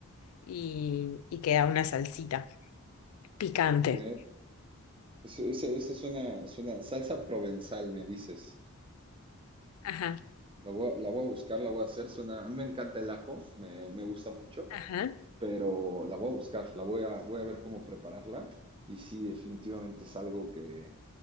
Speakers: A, on the left; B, on the right.
A: y, y queda una salsita picante.
B: ok. Eso, eso- eso suena, suena salsa provenzal, me dices.
A: Ajá.
B: La voy a, la voy a buscar, la voy a hacer. Suena, a mí me encanta el ajo, me, me gusta mucho,
A: Ajá.
B: pero la voy a buscar, la voy a, voy a ver cómo prepararla. Y sí, definitivamente es algo que,